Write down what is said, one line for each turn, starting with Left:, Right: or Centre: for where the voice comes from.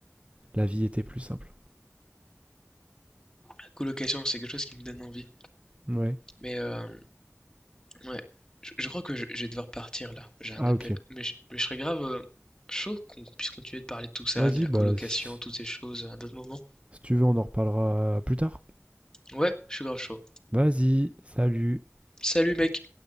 Right: La vie était plus simple.
Left: La colocation, c'est quelque chose qui me donne envie.
Right: Ouais.
Left: Mais euh, ouais, je, je crois que je, je vais devoir partir là. J'ai un
Right: Ah,
Left: appel.
Right: ok.
Left: Mais je, mais je serais grave euh, chaud qu'on qu'on puisse continuer de parler de tout ça,
Right: Vas-y,
Left: de la
Right: bah,
Left: colocation,
Right: si, si
Left: toutes ces choses à d'autres moments.
Right: si tu veux, on en reparlera plus tard.
Left: Ouais, je suis grave chaud.
Right: Vas-y, salut.
Left: Salut mec!